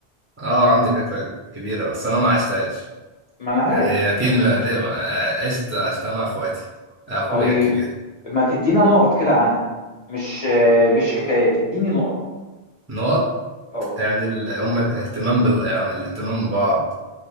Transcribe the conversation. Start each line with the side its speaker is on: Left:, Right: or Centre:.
Right: أه عندي فكرة كبيرة بس أنا ما عشتهاش
Left: ما أنا عارف
Right: يعني أكيد ما- ليه ما عشت عشتها مع إخواتي أخويا
Left: طيب
Right: الكبير
Left: ما تدينا نقط كده عنها مش آه، مش حكايات اديني نقط
Right: نقط
Left: اه
Right: يعني ال- هم اهتمام بال... الاهتمام ببعض